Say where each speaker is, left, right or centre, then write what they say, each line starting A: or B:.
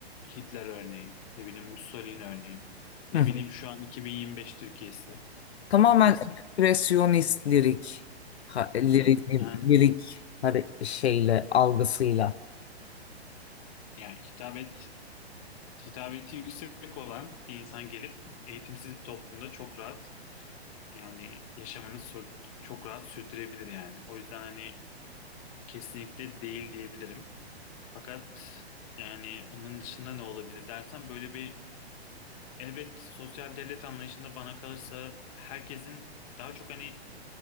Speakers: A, on the left; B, on the left.
A: Hitler örneği, ne bileyim Mussolini örneği,
B: <laughs>
A: ne bileyim şu an 2025 Türkiye'si.
B: Tamamen
A: Neyse.
B: ekspresyonist lirik, ha- lirik,
A: Hı hı. Yani,
B: lirik hare- şeyle, algısıyla.
A: yani hitabet hitabeti yüksek olan bir insan gelip eğitimsiz bir toplumda çok rahat yani yaşamını sor- çok rahat sürdürebilir yani. O yüzden hani kesinlikle değil diyebilirim. Fakat yani onun dışında ne olabilir dersen böyle bir elbet sosyal devlet anlayışında bana kalırsa herkesin daha çok hani